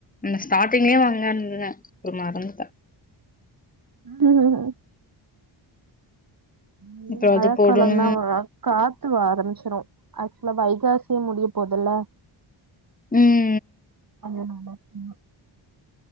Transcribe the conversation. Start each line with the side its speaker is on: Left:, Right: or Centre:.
Left: நா ஸ்டார்ட்டிங்லயே வாங்கறதா இருந்தே அப்பறோ மறந்துட்டே
Right: ம் ம் இனி
Left: இப்ப
Right: மழக்
Left: அது போடணு
Right: கால தா வரா காத்து வ ஆரம்பிச்சிரு ஆக்சுவலா வைகாசியே முடியப் போதுல்ல
Left: ம்
Right: அதனால ம்